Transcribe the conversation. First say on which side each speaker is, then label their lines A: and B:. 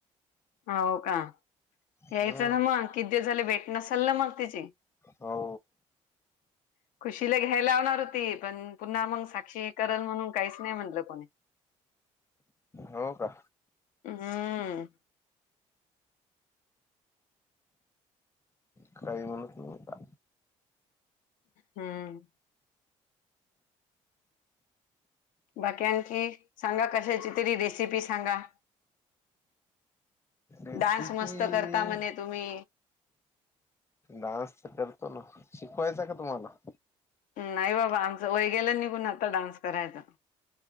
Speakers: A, on the left (about 75°); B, on the left (about 20°).
A: होव का? यायचं
B: हम्म
A: ना मग किती दिवस झाले भेट नसलं ना मग तिची.
B: हो.
A: <inaudible> खुशीला घ्याय लावणार होती, पण पुन्हा मग साक्षी करल म्हणून काहीच नाही म्हटलं कोणी. <inaudible>
B: हो का?
A: हम्म.
B: काही म्हणत नव्हता.
A: हम्म. बाकी आणखी, सांगा कशाची तरी रेसिपी सांगा.
B: रेसिपी
A: डान्स मस्त करता म्हणे तुम्ही.
B: डान्स तर करतो ना शिकवायचा का तुम्हाला.
A: नाही बाबा आमचं वय गेला निघून आता डान्स करायच.